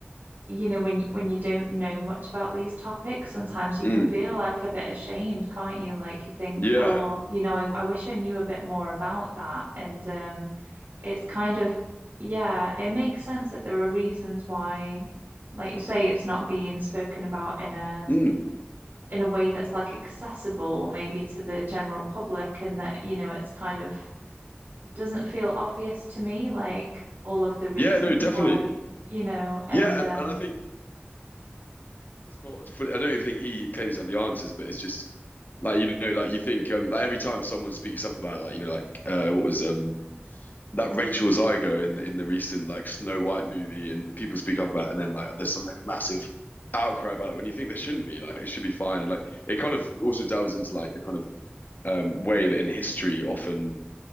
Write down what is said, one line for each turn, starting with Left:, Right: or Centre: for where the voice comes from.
Right: you know, when when you don't know much about these topics, sometimes you can
Left: mm.
Right: feel like a bit ashamed, can't you? Like you think,
Left: Yeah.
Right: oh, you know, I, I wish I knew a bit more about that. And um, it's kind of, yeah, it makes sense that there are reasons why, like you say, it's not being spoken about in a
Left: Mm.
Right: in a way that's like accessible maybe to the general public, and that, you know, it's kind of doesn't feel obvious to me, like all of the reasons
Left: Yeah, no, definitely.
Right: why, you know, and
Left: Yeah,
Right: um,
Left: and and I think it's not fully, I don't even think he claims to have the answers, but it's just like you know, like you think um like every time someone speaks up about it, like you know, like uh what was um that Rachel Ziegler in the in the recent like Snow White movie and people speak up about
Right: Oh,
Left: it and then
Right: yeah.
Left: like there's some like massive outcry about it when you think there shouldn't be, like it should be fine. And like it kind of also delves into like the kind of um way that in history often